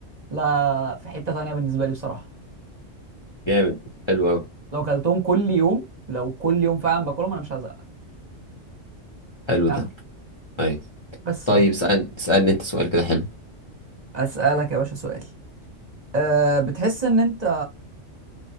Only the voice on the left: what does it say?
جامد حلو قوي
حلو
ده ايوه
طيب
اسالني اسالني انت سؤال كده حلو